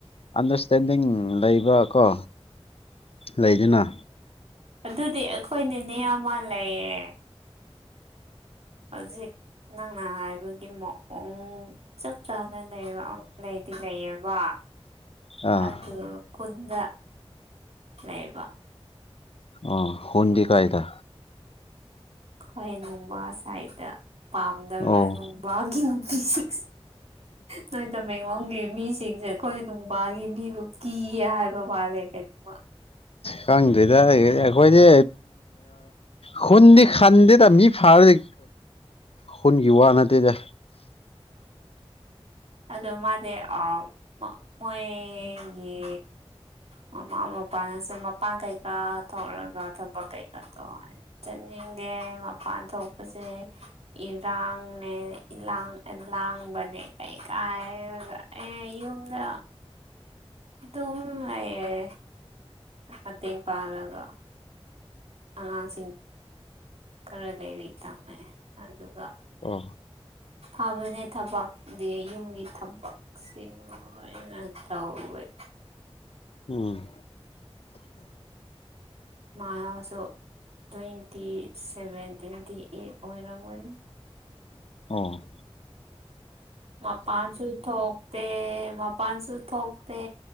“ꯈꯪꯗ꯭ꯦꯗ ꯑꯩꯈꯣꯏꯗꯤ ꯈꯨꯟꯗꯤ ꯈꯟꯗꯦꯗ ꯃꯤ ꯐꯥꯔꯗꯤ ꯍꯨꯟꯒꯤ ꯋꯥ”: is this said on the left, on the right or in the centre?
Left